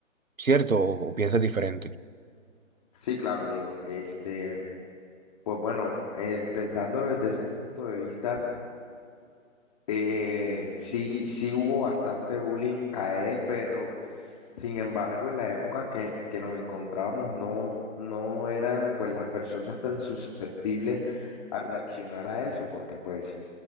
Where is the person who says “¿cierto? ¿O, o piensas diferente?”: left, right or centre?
Right